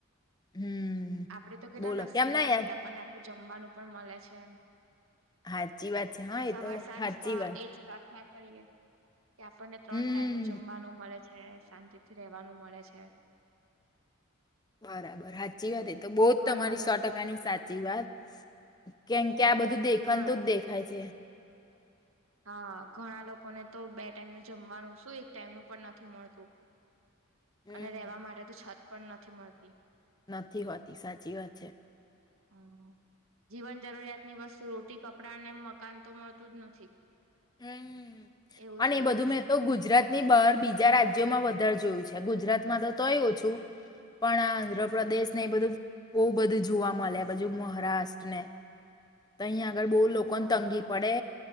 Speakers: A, on the left; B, on the right.
A: હમ
B: આપડે તો કેટલા
A: બોલો
B: નસીબદાર
A: કેમ ના યાદ
B: છે કે આપણને આટલું જમવાનું પણ મળે છે એમ
A: સાચી વાત છે હા
B: સવાર
A: એ તો
B: સાંજ
A: સાચી
B: તો
A: વાત
B: એજ પ્રાર્થના કરીએ કે આપણને ત્રણ
A: હમ
B: ટાઈમ નું જમવાનું મળે છે. છે શાંતિથી રેવાનું મળે છે.
A: બરાબર સાચી વાત એ તો બહુ જ
B: ઘણા
A: તમારી
B: લોકો
A: સો ટકા ની સાચી વાત કેમ
B: હા
A: કે આ બધું દેખાણ
B: ઘણા
A: તો જ દેખાય છે.
B: હા ઘણા લોકોને તો બે ટાઈમ ન જમવાનું શું એક ટાઈમ નું પણ નથી મળતું
A: હમ
B: અને રહેેવા માટે તો છત પણ નથી મળતી.
A: નથી હોતી સાચી વાત છે.
B: હ જીવન જરૂરિયાત ની વસ્તુ રોટી કપડા અને મકાન તો મળતું જ નથી.
A: હમ
B: એવું
A: અને
B: થઈ
A: એ બધું
B: ગયું
A: મેં
B: છે.
A: તો ગુજરાતની બહાર બીજા રાજ્યોમાં વધારે જોયું છે. ગુજરાત માં તો તોય ઓ છું પણ આંધ્રપ્રદેશ
B: હમ
A: ને એ બધું બહુ બધું જોવા મળે બજુ મહારાષ્ટ્ર ને તહીં આગર બહુ લોકો
B: હા.
A: ને તંગી પડે